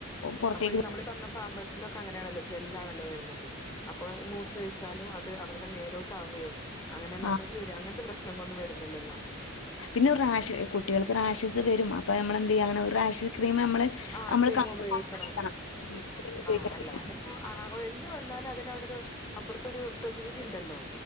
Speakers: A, on the left; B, on the left.
A: പുറത്തേക്ക്
B: അപ്പൊ ഈ നമ്മള് പറഞ പാമ്പേസ് സ് ലൊക്കേ അങ്ങനെണല്ലോ ജല്ലാണല്ലോ വര്ന്നത് അപ്പോ മൂത്രയിച്ചാലും അത്‌ അവ മേലോട്ട് ആവേ അങ്ങന നനവരേ
A: ആ
B: അങ്ങൻത്ത പ്രശ്നങ്ങളൊന്നും വരുന്നില്ലല്ലോ
A: പിന്നെ റാഷ് കുട്ടികൾക്ക് റാഷസ് വരും അപ്പ നമ്മൾ എന്തിയ്യാണ് ഒരു റാഷ്യസ് ക്രീം നമ്മള്
B: ആഹ്
A: നമ്മള്
B: ക്രീം
A: ക-
B: ഉപയോയിക്കണം
A: കണ്ണ് വെക്കണം.
B: ആഹ് അല്ലാത ഉം ആ ആ എന്ത് വന്നാലും അതിനവ ടൊരു അപ്പുറത്തൊരു പ്രതിവിധി ഇണ്ടല്ലോ